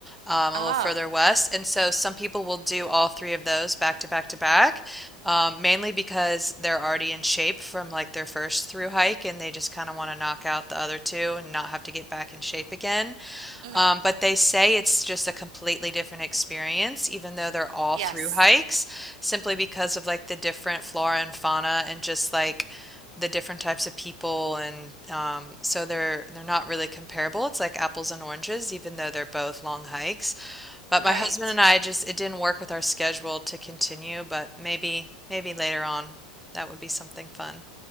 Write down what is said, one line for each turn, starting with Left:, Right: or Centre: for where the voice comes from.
Centre: um, a
Right: Ah.
Centre: little further west. And so some people will do all three of those back to back to back. Um, mainly because they're already in shape from like their first through hike and they just kind of want to knock out the other two and not have to get back in shape again.
Right: Mhm.
Centre: Um, but they say it's just a completely different experience, even though they're all
Right: Yes.
Centre: through hikes, simply because of like the different flora and fauna and just like the different types of people and um, so they're they're not really comparable. It's like apples and oranges, even though they're both long hikes. But
Right: Right.
Centre: my husband and I just it didn't work with our schedule to continue, but maybe maybe later on that would be something fun.